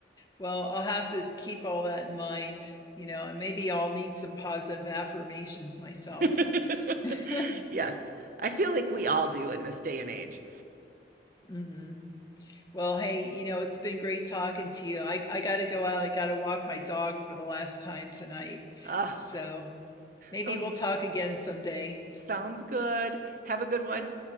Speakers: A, on the left (about 20°); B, on the right (about 50°).
A: Well, I'll have to keep all that in mind, you know, and maybe I'll need some positive affirmations myself.
B: <laughs>
A: <laughs>
B: Yes, I feel like we all do in this day and age.
A: hmm Well, hey, you know, it's been great talking to you. I I got to go out. I got to walk my dog for the last time tonight.
B: Ah,
A: So, maybe
B: those
A: we'll talk again someday.
B: sounds good. Have a good one.